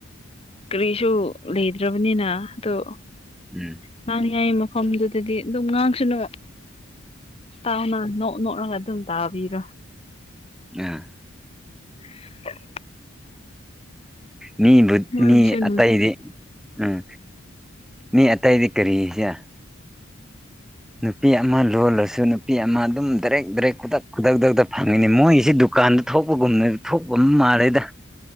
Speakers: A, on the left; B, in the centre.
A: ꯀꯔꯤꯁꯨ ꯂꯩꯗ꯭ꯔꯥꯕꯅꯤꯅ ꯑꯗꯣ
B: ꯎꯝ꯫
A: ꯉꯥꯡꯅꯤꯡꯉꯥꯏ ꯃꯐꯝꯗꯨꯗꯗꯤ ꯑꯗꯨꯝ ꯉꯥꯡꯁꯥꯅꯨ ꯇꯥꯎꯅ ꯅꯣꯛ ꯅꯣꯛꯂꯒ ꯑꯗꯨꯝ ꯇꯥꯕꯤꯔꯣ
B: ꯅꯥ
A: <inaudible>
B: ꯃꯤꯕꯨ
A: ꯃꯣꯏꯕꯨꯁꯨꯅꯨ
B: ꯃꯤ ꯑꯇꯩꯗꯤ ꯎꯝ ꯃꯤ ꯑꯇꯩꯥꯗꯤ ꯀꯔꯤꯁꯦ ꯅꯨꯄꯤ ꯑꯃ ꯂꯣꯜꯂꯁꯨ ꯅꯨꯄꯤ ꯑꯃ ꯑꯗꯨꯝ ꯗꯥꯏꯔꯦꯛ ꯗꯥꯏꯔꯦꯛ ꯈꯨꯗꯛ ꯈꯨꯗꯛꯇꯛꯇ ꯐꯪꯉꯤꯅꯤ ꯃꯣꯏꯁꯤꯗꯨ ꯀꯥꯟꯗ ꯊꯣꯛꯄꯒꯨꯝꯅ ꯊꯣꯛꯄ ꯑꯃ ꯃꯥꯜꯂꯦꯗ